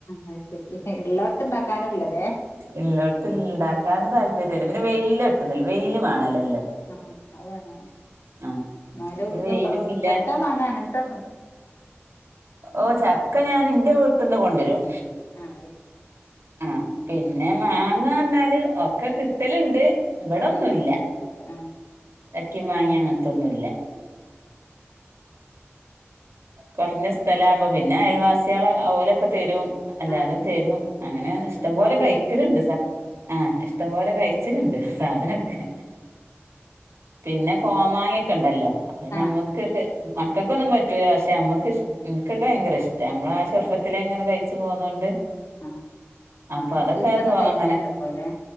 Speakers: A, on the left; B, on the right.
A: അത് ശരി ഉള്ളോടത്ത് ഇണ്ടാക്കാനും ഇല്ലല്ലേ
B: ഇല്ലടത്തിണ്ടാ കാരണം താല്പര്യമല്ല പിന്നെ വെയിലട്ട്ണില്ല വെയിൽ മാണല്ലോ ല
A: ആഹ് അതെന്നെ
B: ആഹ്
A: ന്നാലും
B: വെയിലും
A: ഓക്ക്
B: ഇല്ല
A: ചക്ക മാങ്ങ അങ്ങനത്തൊക്കെ ഇണ്ട്
B: ഓഹ് ചക്ക ഞാന് ഇന്റെ വീട്ട്ന്ന് കൊണ്ടുരും
A: ആ അത് ശരി
B: ആഹ് പിന്നെ മാങ്ങാർന്നാല് ഒക്കെ കിട്ടല്ണ്ട് ഇവിടൊന്നുല്ല
A: ആ ആ
B: ചക്കിം മാങ്ങിൻ അങ്ങൻത്തൊന്നുല്ല കൊർഞ്ഞ സ്ഥലാവുമ്പോ പിന്നെ അയൽവാസിയാള് ഓലൊക്കെ തെരും എല്ലാരും
A: ആ
B: തെരും അങ്ങനെ ഇഷ്ടം
A: നമ്മളെ
B: പോലെ
A: പൂതിക്ക്
B: കഴിക്കലുണ്ട് സ ആഹ് ഇഷ് ഇഷ്ടംപോലെ കഴ്ച്ചലുണ്ട് സാധനൊക്കെ പിന്നെ കോമാങ്ങൊക്കെണ്ടല്ലോ അത് ഞമ്മക്ക്
A: ആ ആ
B: പെ മക്കൾക്കൊന്നും പറ്റൂല പക്ഷ നമ്മക്ക് ഇഷ് ഇൻക്കൊക്കെ ഭയങ്കര ഇഷ്ടാ നമ്മളാ ചെർപ്പത്തിലെ അങ്ങനെ കഴിച്ച് പോന്നോണ്ട്
A: ആ
B: അപ്പൊ
A: മാങ്ങ
B: അതൊക്കെ
A: സീസണ്
B: തോ
A: കഴിഞ്ഞല്ലോ
B: അങ്ങനെ
A: ഇപ്പോല്ലേ